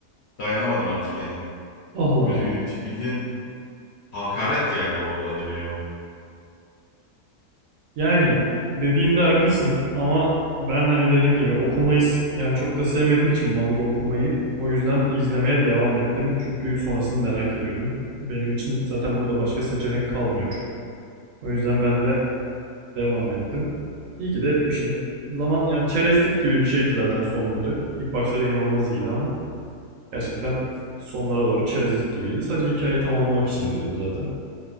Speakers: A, on the left; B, on the right.
A: Dayanamadım artık yani.
B: Ah lan.
A: Böyle bildiğin Hakaret yani o animeye o.
B: Yani dediğinde haklısın ama ben hani dediğim gibi okumayı s- yani çok da sevmediğim için manga okumayı o yüzden izlemeye devam ettim. Çünkü sonrasını merak ediyordum. Benim için zaten burada başka seçenek kalmıyor. O yüzden ben de devam ettim. İyi ki de etmişim. Zaman yani çerezlik gibi bir şeydi zaten sonları. İlk başları inanılmaz iyiydi ama gerçekten sonlara doğru çerezlik gibiydi. Sadece hikayeyi tamamlamak için izledim zaten.